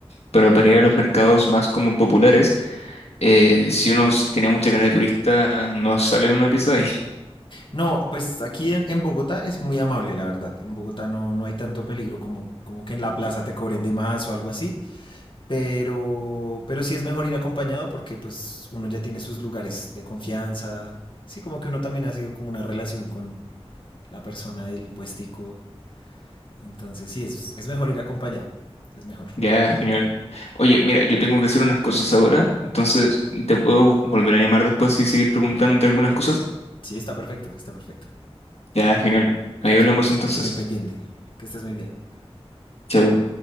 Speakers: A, on the left; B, on the left.
A: pero para ir a los mercados más como populares, eh, si uno s- tiene mucha cara de turista, no sale en una pieza de ahí. <laughs>
B: No, pues aquí en, en Bogotá es muy amable, la verdad. En Bogotá no, no hay tanto peligro como, como que en la plaza te cobren de más o algo así. Pero, pero sí es mejor ir acompañado porque pues uno ya tiene sus lugares de confianza. Sí, como que uno también hace como una relación con la persona del puestico. Entonces sí, es, es mejor ir acompañado. Es mejor.
A: Ya, genial. Oye, mira, yo tengo que hacer unas cosas ahora, entonces, ¿te puedo volver a llamar después y seguir preguntándote algunas cosas?
B: Sí, está perfecto, está perfecto.
A: Ya, genial. Ahí
B: Aquí,
A: hablamos entonces.
B: aquí muy pendiente. Que estés muy bien.
A: Chau.